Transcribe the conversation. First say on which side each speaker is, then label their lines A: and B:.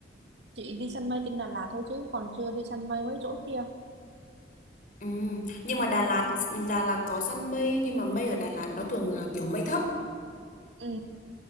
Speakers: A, on the right (about 75°); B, on the left (about 45°).
A: chị đi săn mây trên Đà Lạt thôi chứ còn chưa đi săn mây mấy chỗ kia.
B: Ừ, nhưng mà Đà Lạt Đà Lạt có săn mây nhưng mà mây ở Đà Lạt nó thường là kiểu mây thấp.
A: Ừ.